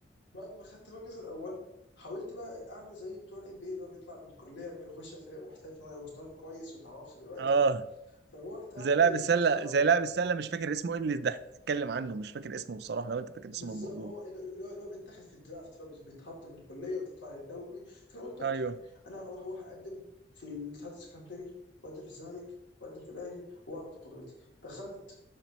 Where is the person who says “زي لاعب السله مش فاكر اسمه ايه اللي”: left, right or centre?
Right